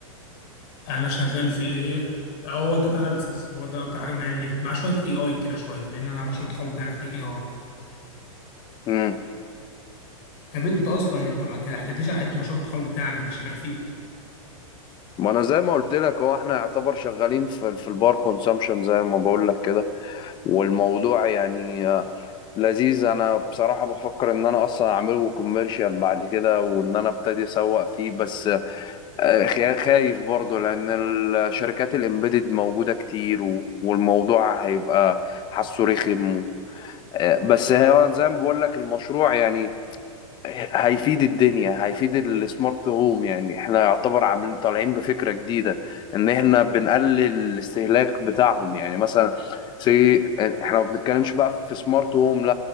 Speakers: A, on the left; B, on the left.
A: انا شغال في ايه هو داتا اناليسيس هو ده اكتر حاجه ميال ليها مع شويه اي اي كده شويه لان انا مشروع التخرج بتاعي محتاج اي اي
B: امم
A: طب انت اصلا انت ما كده حكيتليش على حته مشروع التخرج بتاعك انت شغال في
B: ما انا زي ما قلت لك هو احنا يعتبر شغالين في في البار كونسامشن زي ما بقول لك كده والموضوع يعني آه، لذيذ انا بصراحة بفكر ان انا اصلا اعمله كوميرشال بعد كده وان انا ابتدي اسوق فيه بس آه، خا- خايف برضه لان الشركات الامبيدد موجودة كتير و- والموضوع هيبقى حاسه رخم و- آه، بس هو زي ما بقول لك المشروع يعني هيفيد الدنيا هيفيد السمارت هوم يعني احنا يعتبر عاملين طالعين بفكرة جديدة ان احنا بنقلل الاستهلاك بتاعهم يعني مثلا سي احنا ما بنتكلمش بقى في سمارت هوم